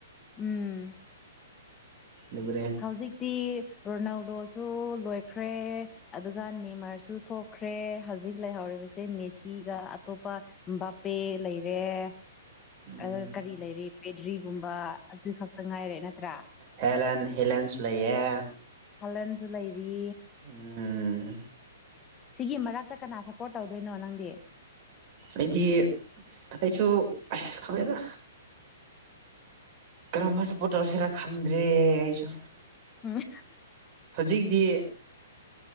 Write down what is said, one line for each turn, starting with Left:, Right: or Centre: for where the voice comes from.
Left: ꯎꯝ
Right: ꯑꯗꯨꯒꯅꯦ
Left: ꯍꯧꯖꯤꯛꯇꯤ ꯔꯣꯅꯥꯜꯗꯣꯁꯨ ꯂꯣꯏꯈ꯭ꯔꯦ ꯑꯗꯨꯒ ꯅꯤꯃꯔꯁꯨ ꯊꯣꯛꯈ꯭ꯔꯦ ꯍꯧꯖꯤꯛ ꯂꯩꯍꯧꯔꯤꯕ ꯁꯦ ꯃꯦꯁꯤꯒ ꯑꯇꯣꯞꯄ ꯕꯥꯄꯦ ꯂꯩꯔꯦ ꯑꯗꯨꯒ
Right: ꯎꯝ
Left: ꯀꯔꯤ ꯂꯩꯔꯤ ꯄꯦꯗ꯭ꯔꯤꯒꯨꯝꯕ ꯑꯗꯨꯏ ꯈꯛꯇ ꯉꯥꯏꯔꯦ ꯅꯠꯇ꯭ꯔꯥ
Right: ꯍꯂ ꯍꯂꯦꯟꯁ ꯂꯩꯌꯦ
Left: ꯍꯂꯟꯁꯨ ꯂꯩꯔꯤ
Right: ꯎꯝ
Left: ꯁꯤꯒꯤ ꯃꯔꯛꯇ ꯀꯅꯥ ꯁꯄꯣꯔꯠ ꯇꯧꯗꯣꯏꯅꯣ ꯅꯪꯗꯤ
Right: ꯑꯩꯗꯤ ꯑꯩꯁꯨ ꯈꯪꯉꯗ ꯀꯔꯝꯕ ꯁꯄꯣꯠ ꯇꯧꯁꯤꯔꯥ ꯈꯟꯗ꯭ꯔꯦ ꯑꯩꯁꯨ
Left: ꯎꯝ
Right: ꯍꯧꯖꯤꯛꯇꯤ